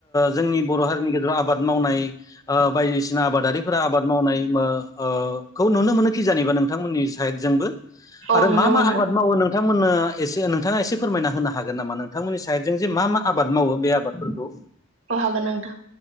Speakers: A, on the left (about 15°); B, on the right (about 75°).
A: जोंनि बर' हारिनि गेजेराव आबाद मावनाय बायदिसिना बायदिसिना आबादारिफोरा आबाद मावनाय ओ ओ खौ नुनो मोनो खि जानिबा नोंथांमोननि साइडजोंबो आरो
B: औ नुनो
A: मा मा
B: मोनो
A: आबाद मावो नोंथांमोननो एसे नोंथाङा एसे फोरमायना होनो हागोन नामा नोंथांमोननि साइड जों जे मा मा आबाद मावो बे आबादफोरखौ
B: अ हागोन नोंथां